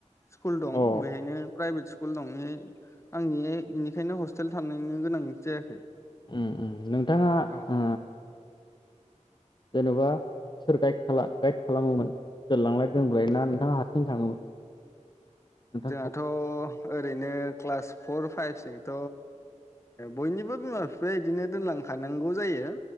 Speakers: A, on the left; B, on the left.
A: स्कुल दं
B: अ
A: बेहायनो प्राइभेट स्कुल दं आंनि बेनिखायनो हस्टेल थालायनो गोनां जायाखै।
B: उम नोंथाङा
A: औ
B: ओ जेन'बा सोर गाइ गाइद खाला-खालामोमोन दोनलांलाय दोनबाय ना नोंथाङा हारसिं थाङोमोन? नोंथांखौ?
A: जोंहाथ' ओरैनो। क्लास फर फाइभसिंथ' बयनिबो बिमा बिफाया बिदिनो दोनलांखानांगौ जायो।